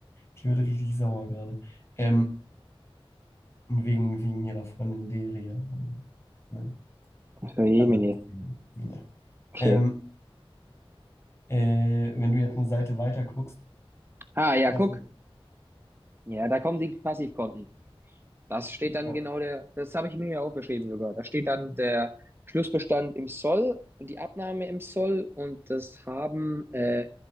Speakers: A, on the left; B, on the right.
A: die wird richtig sauer gerade. Ähm, und wegen, wegen ihrer Freundin Deria. Nein,
B: Für so, Jemine.
A: anderes Thema. Ja.
B: Okay.
A: Ähm, Äh, wenn du jetzt eine Seite weiter guckst,
B: Ah, ja,
A: das
B: guck.
A: ist,
B: Ja, da kommen die Passivkonten. Das steht
A: ja,
B: dann genau der, das habe ich mir ja aufgeschrieben sogar. Da steht dann der Schlussbestand im Soll und die Abnahme im Soll und das Haben, äh,